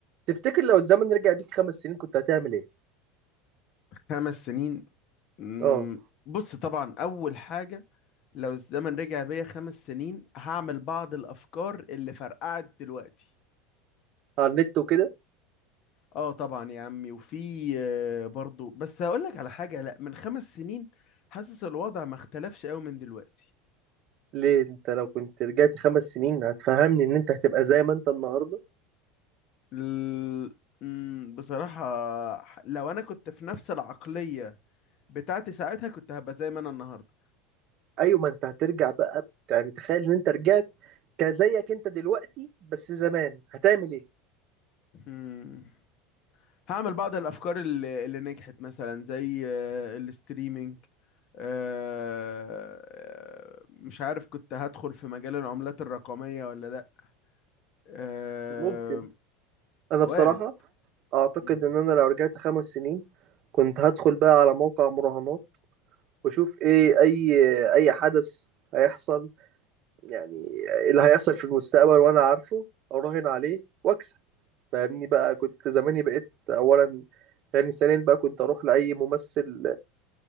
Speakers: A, on the right; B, on the left.
A: تفتكر لو الزمن رجع بيك خمس سنين كنت هتعمل ايه؟
B: خمس سنين مم،
A: اه
B: بص طبعا اول حاجه لو الزمن رجع بيا خمس سنين هعمل بعض الافكار اللي فرقعت دلوقتي
A: على النت وكده
B: اه طبعا يا عمي وفي آه، برضو بس هقول لك على حاجه لا من خمس سنين حاسس الوضع ما اختلفش قوي من دلوقتي
A: ليه انت لو كنت رجعت خمس سنين هتفهمني ان انت هتبقى زي ما انت النهارده
B: ال... مم، بصراحه لو انا كنت في نفس العقليه بتاعتي ساعتها كنت هبقى زي ما انا النهارده
A: ايوه ما انت هترجع بقى يعني تخيل ان انت رجعت كزيك انت دلوقتي بس زمان هتعمل ايه
B: مم. هعمل بعض الافكار اللي, اللي نجحت مثلا زي آه، الاستريمينج آه، مش عارف كنت هدخل في مجال العملات الرقمية ولا لا آه،
A: ممكن انا
B: وارد
A: بصراحه اعتقد
B: م.
A: ان انا لو رجعت خمس سنين كنت هدخل بقى على موقع مراهنات واشوف ايه اي اي حدث هيحصل يعني اللي هيحصل في المستقبل وانا عارفه اراهن عليه واكسب فاهمني بقى كنت زماني بقيت اولا يعني ثانيا بقى كنت اروح لاي ممثل